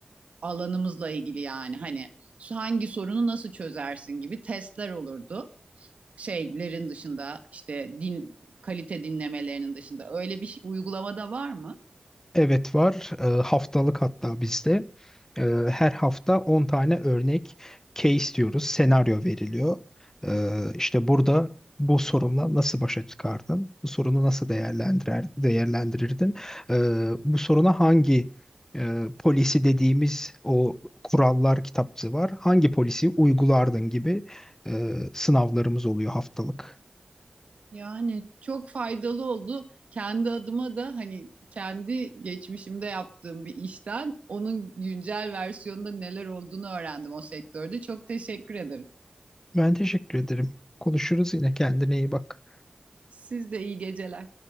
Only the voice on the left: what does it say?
Evet var. Ee, haftalık hatta bizde. Ee, her hafta 10 tane örnek case diyoruz. Senaryo veriliyor. Ee, işte burada bu sorunla nasıl başa çıkardın? Bu sorunu nasıl değerlendirer, değerlendirirdin? Ee, bu soruna hangi e, polisi dediğimiz o kurallar kitapçığı var. Hangi polisi uygulardın gibi e, sınavlarımız oluyor haftalık.
Ben teşekkür ederim. Konuşuruz yine. Kendine iyi bak.